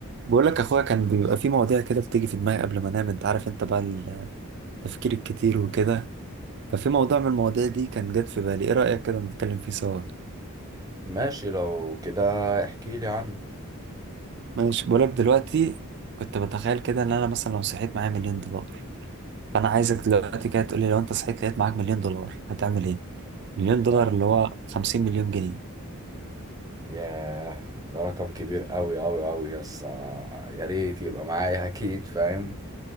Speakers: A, on the right; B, on the right.
A: بقول لك اخويا كان بيبقى في مواضيع كده بتيجي في دماغي قبل ما انام انت عارف انت بقى التفكير الكتير وكده ففي موضوع من المواضيع دي كان جت في بالي ايه رأيك كده نتكلم فيه سوا
B: ماشي لو كده احكي لي عنه
A: ماشي بقول لك دلوقتي كنت بتخيل كده ان انا مثلا لو صحيت معايا مليون دولار فانا عايزك دلوقتي كده تقول لي لو انت صحيت لقيت معاك مليون دولار هتعمل ايه مليون دولار
B: ياه
A: اللي هو 50 مليون جنيه
B: ياه، ده رقم كبير قوي قوي قوي يس آه، يا ريت يبقى معايا اكيد فاهم